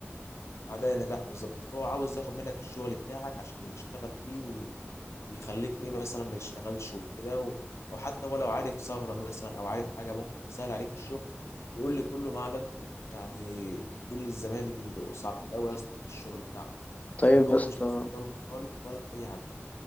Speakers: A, on the left; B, on the left.
A: اعداء نجاح بالظبط فهو عاوز ياخد منك الشغل بتاعك عشان يشتغل فيه و... ويخليك ايه مثلا ما تشتغلش وكده و... او حتى هو لو عارف ثغرة مثلا او عارف حاجة ممكن تسهل عليك الشغل يقول لي كله ما عدا انت يعني دول الزمايل اللي بيبقوا صعبين قوي يا اسطى في الشغل بتاعهم
B: طيب
A: يعني دول
B: يا اسطى
A: مش بفضلهم خالص ولا اي حاجة